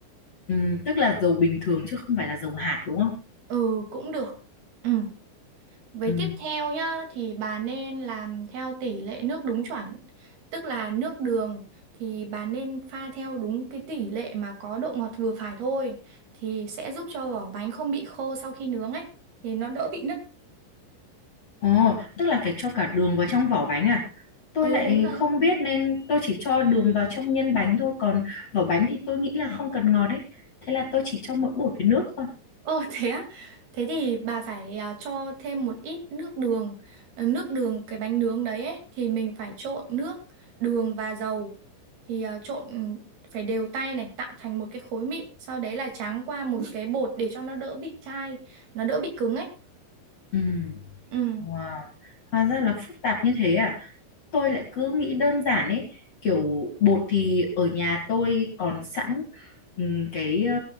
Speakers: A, on the left; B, on the right.
A: Ừ, tức là dầu bình thường chứ không phải là dầu hạt đúng không?
B: Ừ cũng được. Ừ. Với
A: Ừ.
B: tiếp theo nhá thì bà nên làm theo tỷ lệ nước đúng chuẩn. Tức là nước đường thì bà nên pha theo đúng cái tỷ lệ mà có độ ngọt vừa phải thôi thì sẽ giúp cho vỏ bánh không bị khô sau khi nướng ấy thì nó đỡ bị nứt.
A: Ồ, tức là phải cho cả đường vào trong vỏ bánh à? Tôi
B: Ừ
A: lại
B: đúng rồi.
A: không biết nên tôi chỉ cho đường vào trong nhân bánh thôi, còn vỏ bánh thì tôi nghĩ là không cần ngọt ấy. Thế là tôi chỉ cho mỗi bột với nước thôi.
B: Ồ thế á, thế thì bà phải à, cho thêm một ít nước đường, Ờ, nước đường cái bánh nướng đấy ấy, thì mình phải trộn nước, đường và dầu, thì à, trộn ừ, phải đều tay này, tạo thành một cái khối mịn, sau đấy là tráng qua một cái bột để cho nó đỡ bị chai, nó đỡ bị cứng ấy.
A: Ừ.
B: Ừ,
A: Wow, hóa ra là phức tạp như thế à? Tôi lại cứ nghĩ đơn giản ấy, kiểu bột thì ở nhà tôi còn sẵn ừm, cái ờ,